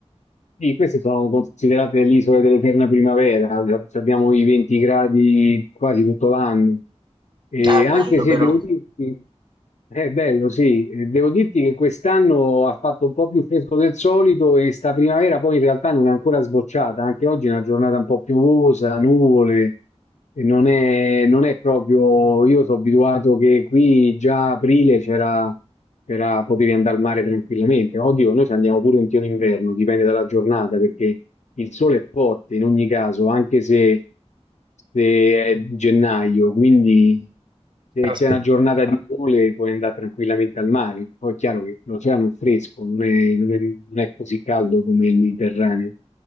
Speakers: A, on the left; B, on the right.
A: Sì, queste sono considerate le isole dell'eterna primavera, abbiamo i 20 gradi quasi tutto l'anno. E
B: È
A: anche
B: bello
A: se
B: però.
A: devo dirti, è bello, sì, Eh, devo dirti che quest'anno ha fatto un po' più fresco del solito e sta primavera poi in realtà non è ancora sbocciata, anche oggi è una giornata un po' piovosa, nuvole. E non è, non è proprio, io sono abituato che qui già a aprile c'era, c'era- potevi andare al mare tranquillamente. Oddio, noi ci andiamo pure in pieno inverno, dipende dalla giornata, perché il sole è forte in ogni caso, anche se, se è gennaio, quindi se
B: Caspita,
A: c'è una giornata di sole puoi andare tranquillamente al mare. Poi è chiaro che l'oceano è fresco, non è, non è- non è così caldo come il Mediterraneo.